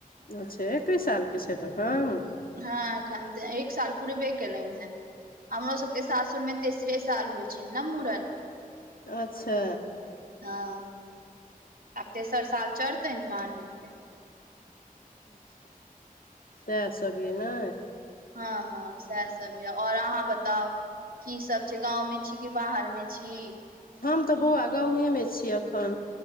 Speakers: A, on the left (about 75°); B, on the right (about 80°).
A: अच्छा, एतय सालके छथि अखन?
B: हँ, एखन तऽ एक साल पूरे केलनि हे। हमरो सभके सासुरमे तेसरे साल होइ छै ने मूड़न।
A: अच्छा।
B: हँ, आब तेसर साल चढ़तै, तखन हेतैन मूड़न।
A: अच्छा, सएह सभ ये ने
B: हँ हँ, सएह सभ यऽ। आ अहाँ बताउ? की सब छै? गाँवमे छी की बाहरमे छी?
A: हम तऽ बौआ, गाँवमे छी एखन।